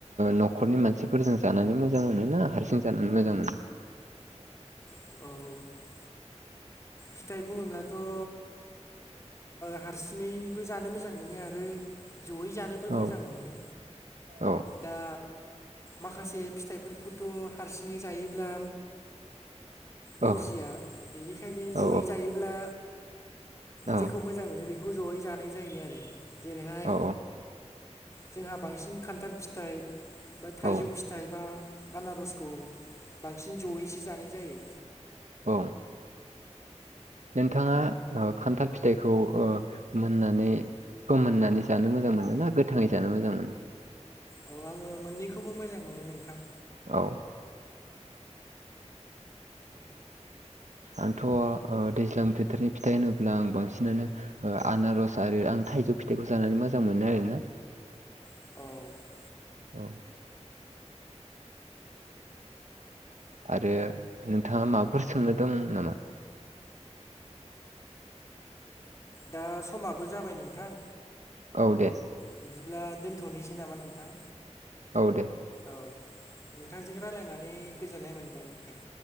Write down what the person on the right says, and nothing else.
न'खरनि मानसिफोरजों जानानै मोजां मोनोना हारसिं जानानै मोजां मोनो?
औ
औ
औ
औ
औ
औ
औ
औ नोंथाङा खान्थाल फिथाइखौ ओ मोननानै फोमोननानै जानो मोजां मोनोना गोथाङै जानो मोजां मोनो?
औ आंथ' दैज्लां बोथोरनि फिथाइ होनोब्ला आं बांसिनानो आनारस आरो आं थाइजौ फिथाइखौ जानानै मोजां मोनो आरोना।
औ आरो नोंथाङा माबाफोर सोंनो दं नामा?
औ दे
औ दे